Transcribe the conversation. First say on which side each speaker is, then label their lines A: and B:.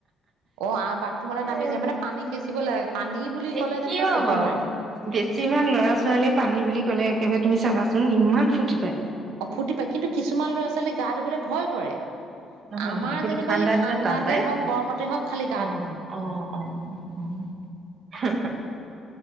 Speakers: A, on the right; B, on the right.
A: অ' আ' বাথৰুমলৈ নামি
B: এ
A: যায় মানে পানী খেচিবলে লাগে, পানী বুলি
B: এই
A: ক'লে
B: কিয়
A: যেনিবা ক'ব
B: বাৰু?
A: নোৱাৰে।
B: বেছিভাগ ল'ৰা ছোৱালীয়ে পানী বুলি ক'লে একেবাৰে তুমি চাবাচোন, ইমান ফূৰ্তি পায়।
A: অ' ফূৰ্তি পায়, কিন্তু কিছুমান ল'ৰা ছোৱালীয়ে গা ধুবলে ভয় কৰে।
B: নহয়
A: আমাৰ
B: নহয় সেইটো
A: যেনিবা
B: ঠাণ্ডা
A: এই ঠাণ্ডাতে
B: দিনত টান পায়
A: হওঁক, গৰমতে হওঁক খালি গা
B: অ
A: ধুওঁ।
B: অ' অ' অ' <unintelligible>